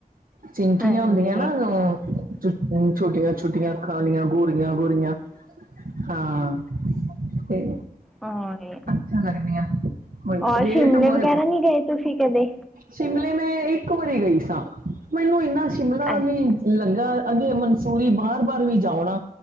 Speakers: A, on the right; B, in the centre.
A: ਚਿੰਕੀਆਂ
B: ਹਾਂਜੀ
A: ਹੁੰਦੀਆਂ ਨਾ ਉਹ। ਹੂ ਛੋਟੀਆਂ- ਛੋਟੀਆਂ ਅੱਖਾਂ ਵਾਲੀਆਂ ਗੋਰੀਆਂ- ਗੋਰੀਆਂ ਹਾਂ। ਤੇ
B: ਔਰ
A: ਅੱਛਾ ਲੱਗਦੀ ਆਨ ਬਈ
B: ਔਰ
A: ਰੇਟ
B: ਸ਼ਿਮਲੇ
A: ਬਈ
B: ਵਗੈਰਾ
A: ਉਹ।
B: ਨਹੀਂ ਗਏ ਤੁਸੀਂ ਕਦੇ
A: ਸ਼ਿਮਲੇ ਮੈਂ ਇੱਕ ਵਾਰੀ ਗਈ ਸਾਂ, ਮੈਨੂੰ ਇੰਨਾ ਸ਼ਿਮਲਾ
B: ਅੱਛਾ
A: ਨਹੀਂ। ਲੱਗਾ, ਅੱਗੇ ਮਨਸੂਰੀ ਬਾਰ-ਬਾਰ ਵੀ ਜਾਉ ਨਾ,